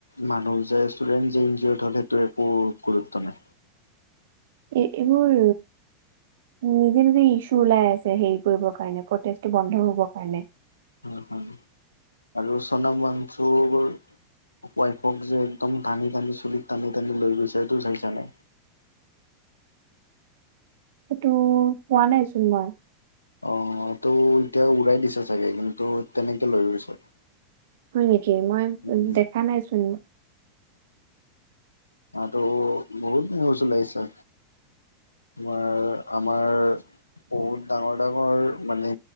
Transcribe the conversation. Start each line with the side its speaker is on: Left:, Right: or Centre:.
Left: মানুহ যে ষ্টুডেন্ট জিন যে <unintelligible> সেইটো একো গুৰুত্ব নাই।
Right: এইবোৰ নিজে নিজে ইছু ওলাই আছে হেইত। কৰিব কাৰণে প্ৰেটেষ্ট টো বন্ধ হবৰ কাৰণে।
Left: হুম হুম আৰু চনাম ওৱাংচুৰ ৱাইফক যে একদম টানি টানি চুলিত টানি টানি লৈ গৈছে এইটো চাইছা নাই?
Right: সেইটো পোৱা নাই চোন মই।
Left: অ এটো এতিয়া উৰাই দিছ চাগে কিন্তু তেনেকে লৈ গৈছে।
Right: হয় নেকি মই
Left: উম
Right: দেখা নাইচোন।
Left: তাতো বহুত নিউজ ওলাইছে, তোমাৰ আমাৰ বহুত ডাঙৰ ডাঙৰ মানে